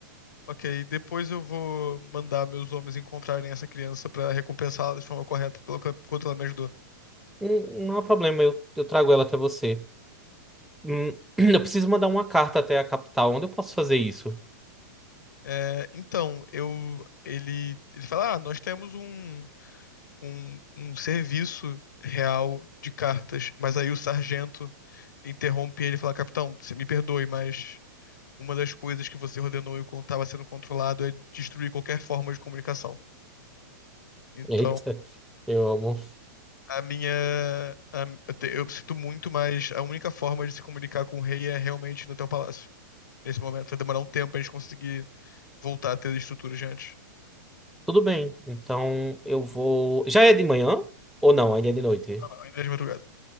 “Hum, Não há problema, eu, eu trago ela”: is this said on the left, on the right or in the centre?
Centre